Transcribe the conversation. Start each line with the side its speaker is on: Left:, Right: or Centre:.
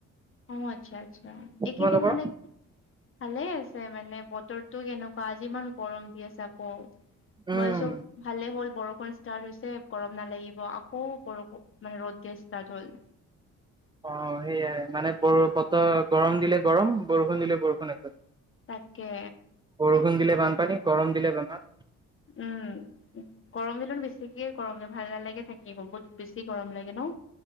Left: অ' আচ্ছা আচ্ছা, এইকেইদিন
Right: তোমালোকৰ
Left: মানে ভালে আছে মানে বটৰতো কেনেকুৱা আজি ইমান গৰম দি আছে আকৌ,
Right: উম
Left: মই চব ভালেই হ'ল বৰষুণ ষ্টাৰ্ট হৈছে গৰম নালাগিব আকৌ বৰষুণ মানে ৰ'দ দিয় ষ্টাৰ্ট হ'ল।
Right: অ' সেয়াই মানে ব বতৰ গৰম দিলে গৰম বৰষুণ দিলে বৰষুণ আছে।
Left: তাকে।
Right: বৰষুণ দিলে বানপানী, গৰম দিলে বেমাৰ।
Left: উম, গৰম দিনত বেছিকৈ গৰম দিন ভাল নালাগে থাকি। এইব বহুত বেছি গৰম লাগে ন।